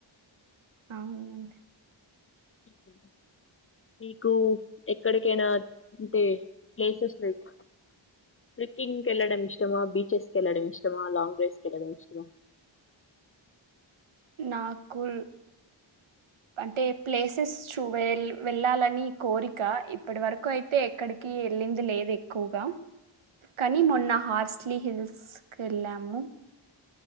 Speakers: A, on the right; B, on the left.
A: అవునండి
B: <unintelligible> మీకు ఎక్కడికైనా ఉంటే ప్లేసెస్ లైక్ ట్రెక్కింగ్ కెళ్లడం ఇష్టమా బీచెస్ కెళ్లడం ఇష్టమా లాంగ్ డ్రైవ్స్ కెళ్లడం ఇష్టమా
A: నాకు అంటే ప్లేసెస్ చూ వె వెళ్ళాలని కోరిక ఇప్పటి వరకు అయితే ఎక్కడికి వెళ్లింది లేదు ఎక్కువగా కానీ మొన్న హార్స్లీ హిల్స్ కెళ్ళాము